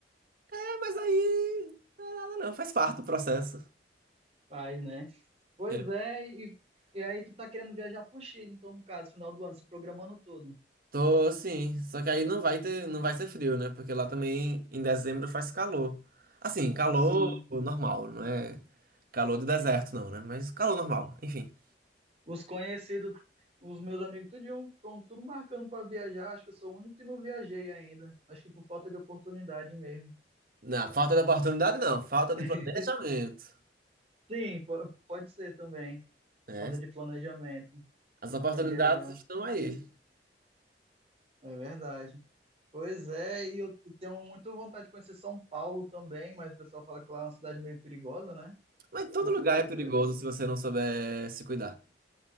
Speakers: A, on the right (about 50°); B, on the right (about 35°).
A: é, mas aí. Não, é nada não, faz parte do processo.
B: faz, né? Pois
A: Eu
B: é, e, e aí tu tá querendo viajar pro Chile, então no caso, final do ano, se programando todo.
A: tô, sim. Só que aí não vai ter, não vai ser frio, né? Porque lá também em dezembro faz calor. Assim, calor
B: Sim.
A: normal, não é calor do deserto, não, né? Mas calor normal, enfim.
B: Os conhecidos, os meus amigos, tudinho, estão tudo marcando para viajar. Acho que eu sou o único que não viajei ainda. Acho que por falta de oportunidade mesmo.
A: Não, falta de oportunidade não, falta de
B: <laughs>
A: planejamento,
B: Sim, po- pode ser também.
A: né?
B: Falta de planejamento
A: As oportunidades
B: para viajar.
A: estão aí.
B: É verdade. Pois é, e eu tenho muita vontade de conhecer São Paulo também, mas o pessoal fala que lá é uma cidade meio perigosa, né?
A: Mas todo
B: Não sei
A: lugar
B: se
A: é perigoso
B: tu já viu.
A: se você não souber se cuidar.